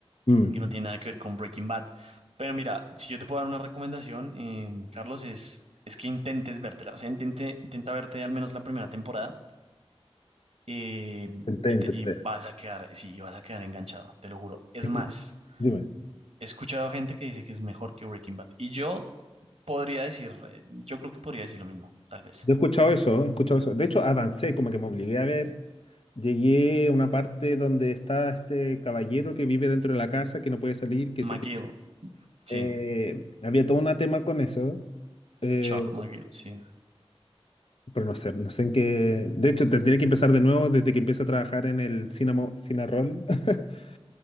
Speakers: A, on the left (about 60°); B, on the right (about 75°).
A: Mm,
B: que no tiene nada que ver con Breaking Bad. Pero mira, si yo te puedo dar una recomendación, eh, Carlos, es, es que intentes vértela, o sea, intente, intenta verte al menos la primera temporada eh,
A: intenté,
B: y, te-
A: intenté.
B: y vas a quedar, sí, y vas a quedar enganchado, te lo juro. Es
A: Es
B: más,
A: que- dime.
B: he escuchado gente que dice que es mejor que Breaking Bad. Y yo podría decir, eh, yo creo que podría decir lo mismo, tal vez.
A: Yo he escuchado eso, he escuchado eso. De hecho, avancé, como que me obligué a ver. Llegué a una parte donde está este caballero que vive dentro de la casa, que no puede salir, que se...
B: McGill,
A: tiene-
B: sí,
A: Eh, había todo un tema con eso. eh,
B: Chuck McGill, sí.
A: Pero no sé, no sé en qué. De hecho, tendría que empezar de nuevo desde que empecé a trabajar en el Cinamo, Cinarol. <laughs>